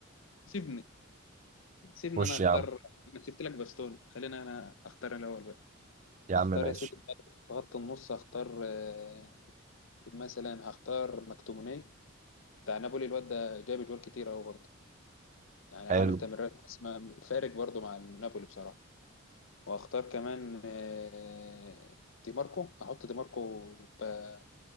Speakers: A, on the left; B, on the right.
A: سيبني سيبني
B: خش
A: انا اختار
B: يا عم
A: انا سبت لك باستوني خلينا انا اختار الاول بقى
B: يا
A: هختار
B: عم ماشي
A: يا سيدي في خط في خط النص هختار آه، مثلا هختار مكتوموني بتاع نابولي الواد ده جاب جوال كتير اهو برضه يعني
B: حلو
A: عامل تمريرات حاسمة فارق برضو مع نابولي بصراحة واختار كمان آه، دي ماركو احط دي ماركو يبقى